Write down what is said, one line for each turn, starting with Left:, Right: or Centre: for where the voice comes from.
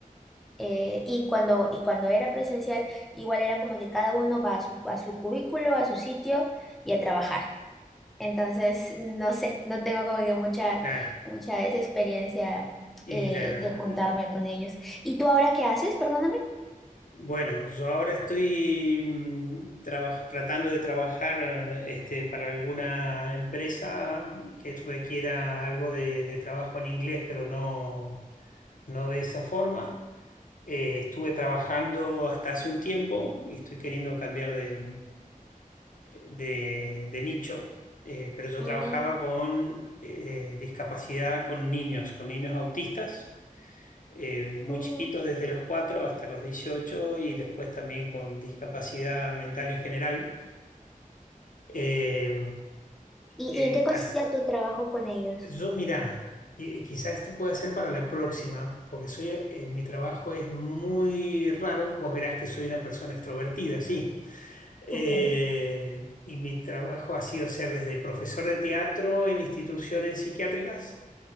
Centre: eh, y cuando y cuando era presencial igual era como que cada uno va a su a su cubículo, a su sitio y a trabajar. Entonces, no sé, no tengo como que mucha,
Left: claro.
Centre: mucha esa experiencia
Left: Y
Centre: eh,
Left: la,
Centre: de juntarme con ellos. ¿Y tú ahora qué haces? Perdóname.
Left: Bueno, yo ahora estoy mm, traba- tratando de trabajar este, para alguna empresa que requiera algo de, de trabajo en inglés, pero no, no de esa forma. Eh, estuve trabajando hasta hace un tiempo y estoy queriendo cambiar de, de- de nicho, Eh, pero yo
Centre: Mm,
Left: trabajaba con eh, discapacidad con niños, con niños autistas eh, muy
Centre: mm.
Left: chiquitos, desde los 4 hasta los dieciocho y después también con discapacidad mental en general. Eh,
Centre: ¿Y,
Left: eh,
Centre: y en qué consistía
Left: as-
Centre: tu trabajo con ellos?
Left: yo, mira, qui- quizás esto pueda ser para la próxima, porque soy, eh, mi trabajo es muy raro. Vos verás que soy una persona extrovertida, sí. Eh,
Centre: Ok,
Left: y mi trabajo ha sido ser desde profesor de teatro en instituciones psiquiátricas